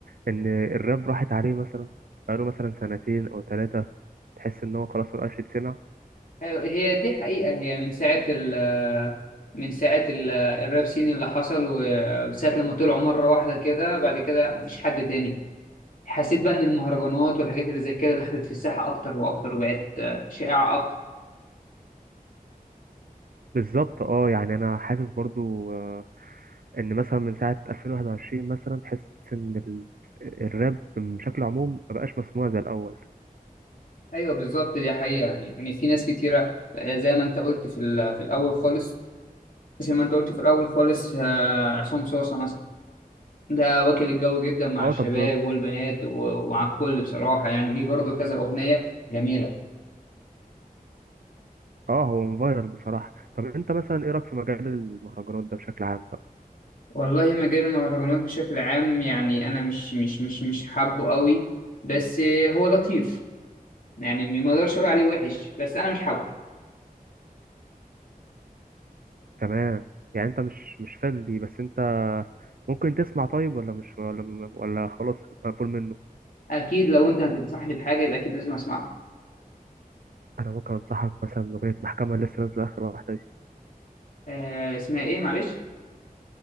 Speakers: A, on the right; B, on the left.
A: ان الراب راحت عليه مثلا بقاله مثلا سنتين او ثلاثة تحس ان هو خلاص مبقاش يتسمع
B: هي هي دي حقيقه هي من ساعه ال آه، من ساعه ال- آه، الراب سين اللي حصل وساعه لما طلعوا مره واحده كده بعد كده مفيش حد تاني حسيت بقى ان المهرجانات والحاجات اللي زي كده دخلت في الساحه اكتر واكتر وبقت آه، شائعه اكتر
A: بالظبط اه يعني انا حاسس برضو آه، ان مثلا من ساعة 2021 مثلا تحس ان ال- الراب بشكل عموم مبقاش مسموع زي الاول
B: ايوه بالظبط دي حقيقه يعني يعني في ناس كتيره آه، زي ما انت قلت في ال- في الاول خالص زي ما انت قلت في الاول خالص آه، عصام صوصه مثلا ده واكل الجو جدا مع
A: اه
B: الشباب
A: طب
B: والبنات و- ومع الكل بصراحه يعني ليه برضه كذا اغنيه جميله
A: اه هو فايرال بصراحة طب انت مثلا ايه رأيك في مجال المهرجانات ده بشكل عام بقى
B: والله مجال المهرجانات بشكل عام يعني انا مش مش مش مش حابه قوي بس آه، هو لطيف يعني ما اقدرش اقول عليه وحش بس انا مش حابه
A: تمام يعني انت مش مش فان دي بس انت ممكن تسمع طيب ولا مش ولا م- ولا خلاص مقفول منه
B: اكيد لو انت هتنصحني بحاجه يبقى اكيد لازم اسمعها
A: انا ممكن انصحك مثلا باغنيه محكمه اللي لسه نازله اخر واحده دي
B: آه، اسمها ايه معلش